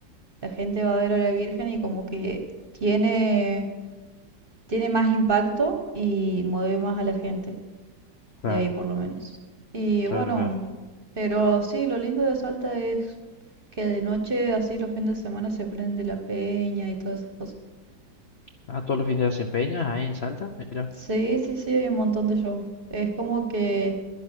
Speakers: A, on the right (about 35°); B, on the left (about 60°).
A: la gente va a ver a la Virgen y como que tiene tiene más impacto y mueve más a la gente,
B: Claro,
A: de ahí por lo menos. Y
B: claro,
A: bueno,
B: claro.
A: pero sí, lo lindo de Salta es que de noche, así los fines de semana, se prende la peña y todas esas cosas.
B: Ah, todos los fines de semana empeñas ahí en Salta, mira.
A: Sí, sí, sí, hay un montón de shows. Es como que